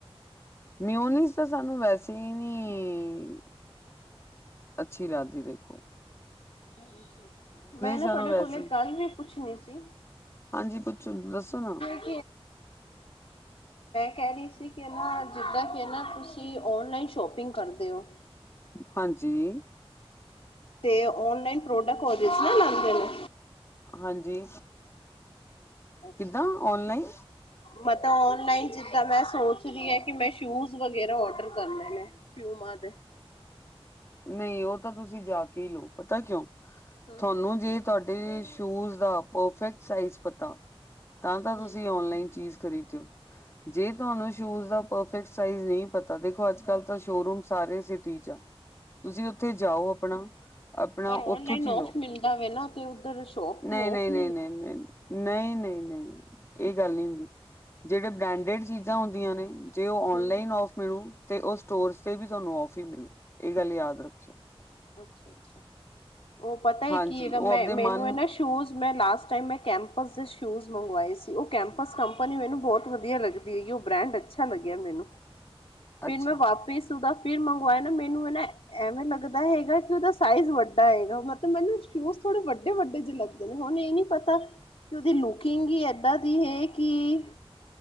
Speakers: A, on the left; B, on the left.
A: ਮਿਓਨੀਸ ਤਾਂ ਸਾਨੂੰ ਵੈਸੇ ਈ, ਨੀ ਅੱਛੀ ਲਾ ਕੇ ਵੇਖੋ।
B: ਹਾਂਜੀ -ਮੈਂ ਨਾ
A: ਸਾਨੂੰ
B: ਤੁਆਡੇ
A: ਵੈਸੇ
B: ਕੋਲ‌ ਇਕ ਗੱਲ ਵੀ ਪੁੱਛਣੀ ਸੀ।
A: ਹਾਂਜੀ ਪੁੱਛੋ- ਦੱਸੋ ਨਾ।
B: ਮੈਂ ਕੈ, ਰੀ, ਸੀ, ਕਿ, ਨਾ ਜਿੱਦਾਂ ਕੇ ਨੇ ਤੁਸੀਂ- ਕੀ ਔਨਲਾਈਨ ਸ਼ੋਪਿੰਗ ਕਰਦੇ ਓ।
A: ਹਾਂਜੀ।
B: ਤੇ ਓਨਲਾਈਨ ਪ੍ਰੋਡਕਟ ਓਂਦੇ ਸੀ ਨਾ ਓਰਿਜਨਲ ਆਂਦੇ ਨੇ।
A: ਹਾਂਜੀ।
B: ਅੱਛਾ
A: ਕਿੱਦਾਂ ਔਨਲਾਈਨ
B: -ਮਤਲਬ ਓਨਲਾਈਨ ਜਿੱਦਾਂ ਮੈਂ ਸੋਚ ਰੀ ਆਂ ਕਿ ਮੈਂ ਸ਼ੂਜ- ਊਜ਼ ਵਗੈਰਾ ਔਡਰ ਕਰਨੇ ਨੇ, ਪਿਊਮਾ ਦੇ,
A: ਨਈ ਓ ਤਾਂ ਤੁਸੀਂ ਜਾ ਕੇ ਈ ਲਓ, ਪਤਾ ਕਿਓ
B: ਹੂੰ,
A: ਥਾਨੂੰ ਜੇ ਤਾਡੇ ਸ਼ੂਜ ਦਾ ਪਰਫੈਕਟ ਸਾਈਜ਼ ਪਤਾ ਤਾਂ- ਤਾਂ
B: ਹੂੰ।
A: ਤੁਸੀਂ ਓਨਲਾਈਨ ਚੀਜ਼- ਖਰੀਦੇ ਓ। ਜੇ ਤੁਆਨੂੰ ਸ਼ੂਜ ਦਾ ਪਰਫੈਕਟ ਸਾਈਜ ਨਈ ਪਤਾ ਦੇਖੋ ਅੱਜ ਕਲ ਤਾਂ ਸ਼ੋਰੂਮ ਸਾਰੇ ਸਿਟੀ 'ਚ ਆ। ਤੁਸੀਂ ਓਥੇ ਜਾਓ ਆਪਣਾ- ਆਪਣਾ
B: ਪਰ
A: ਓਥੋਂ
B: ਔਨਲਾਈਨ
A: ਚੀ
B: ਔਫ
A: ਲੋ।
B: ਮਿਲਦਾ ਵੇ ਨਾ ਤੇ ਉੱਧਰ ਸ਼ੋਪ
A: ਨਈ,
B: ਤੇ ਔਫ
A: ਨਈ,
B: ਨੀ
A: ਨਈ, ਨਈ।
B: ਹੈ।
A: ਨਈ, ਨਈ, ਨਈ ਏ ਗੱਲ ਨੀ ਹੁੰਦੀ। ਜੇੜੇ ਬ੍ਰੇਂਡੇਡ ਚੀਜ਼ਾਂ ਹੁੰਦੀਆਂ ਨੇ ਜੇ ਓ ਔਨਲਾਈਨ
B: ਹੂੰ,
A: ਔਫ ਮਿਲੂ ਤੇ ਓ ਸਟੋਰਸ ਤੇ ਵੀ ਤੁਆਨੂੰ ਔਫ ਈ ਮਿਲੂ, ਏ ਗੱਲ ਯਾਦ ਰੱਖਿਓ।
B: ਅੱਛਾ-ਅੱਛਾ ਓ ਪਤਾ ਐ
A: ਹਾਂਜੀ
B: ਕੀ ਏਗਾ
A: ਉਹ
B: ਮੈਂ
A: ਆਪਦੇ ਮਨ
B: ਮੈਨੂੰ ਏ ਨਾ ਸੋ- ਸ਼ੂਜ਼ ਮੈਂ ਲਾਸਟ ਟਾਈਮ ਮੈਂ ਕੈਂਪਸ ਦੇ ਸ਼ੂਜ਼ ਮੰਗਵਾਏ ਸੀ। ਓ ਕੈਂਪਸ ਕੰਪਨੀ ਮੈਨੂੰ ਬੋਤ ਵਧੀਆ ਲੱਗਦ ਦੀ ਗੀ ਓ ਬ੍ਰੈਂਡ ਅੱਛਾ ਲੱਗਿਆ ਮੈਨੂੰ। ਫਿਰ
A: ਅੱਛਾ
B: ਮੈਂ ਵਾਪਿਸ ਊਦਾ ਫਿਰ ਮੰਗਵਾਏ ਨੇ ਮੈਨੂੰ ਏ ਨਾ ਐਵੇਂ ਲੱਗਦ ਦਾ ਹੇਗਾ ਕੀ ਓਦਾ ਸਾਈਜ਼ ਵੱਡਾ ਏਗਾ ਮਤਬ ਮੈਨੂੰ ਸ਼ੂਜ ਥੋੜੇ ਵੱਡੇ-ਵੱਡੇ ਜੇ ਲੱਗਦੇ ਨੇ ਹੁਨ ਏ ਨੀ ਪਤਾ ਕਿ ਓਦੀ ਲੁਕਿੰਗ ਈ ਏਦਾਂ ਦੀ ਹੇ ਕੀ